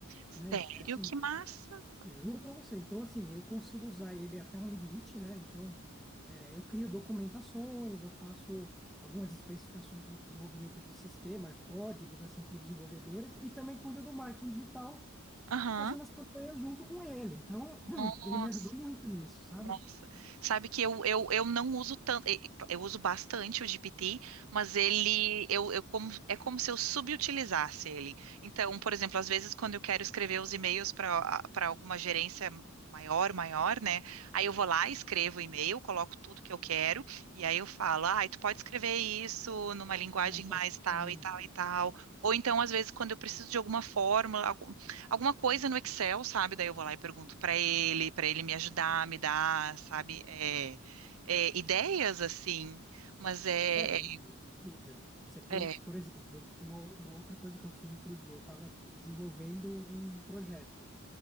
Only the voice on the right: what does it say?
Sério?
Que massa!
Aham.
Nossa,
nossa. Sabe que eu, eu, eu não uso tanto, eu, eu uso bastante o GPT, mas ele eu, eu como, é como se eu subutilizasse ele. Então, por exemplo, às vezes quando eu quero escrever os e-mails para para alguma gerência maior, maior, né? Aí eu vou lá, escrevo o e-mail, coloco tudo que eu quero e aí eu falo: "Ah, tu pode escrever isso numa linguagem
mais
tal
e tal e tal". Ou então, às vezes, quando eu preciso de alguma fórmula, alguma coisa no Excel, sabe? Daí eu vou lá e pergunto para ele,
para ele me ajudar, me dar, sabe? É, é, ideias assim, mas é,
é,
é.